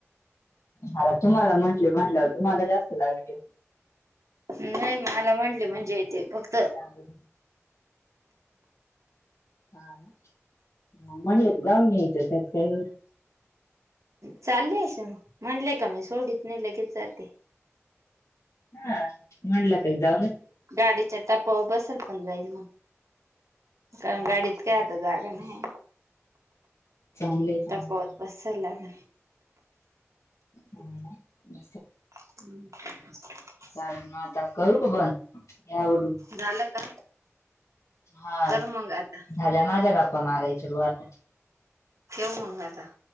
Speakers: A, on the left; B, on the right.
A: मला तुम्हाला म्हंटले म्हंलंवर तुम्हाला जास्त लागल
B: नाही मला म्हटले म्हणजे तेे फक्त
A: चालेल हा ना मंणत गवंग्य जोते्यात कायर
B: चाल अस म्हणले का मी सोडीत नाही लगेच जाते.
A: हम् मलकयता
B: गाडीच्या टपावर बसेल पण जाईल ना. कारण
A: हा
B: गाडीत
A: चांगलंय
B: काय आता जागा
A: चांगलंय
B: नाही.
A: चांगलंय चांगलंय.
B: तपा वत बस लाग
A: हम् ब <inaudible>
B: हम् <unintelligible>
A: चालेल मग आता करू का बंद घे आवरून.
B: झालं का?
A: हा
B: कर मग आता
A: झाल्या माझ्या गप्पा मारायचे गो आता.
B: ठेव मग आता.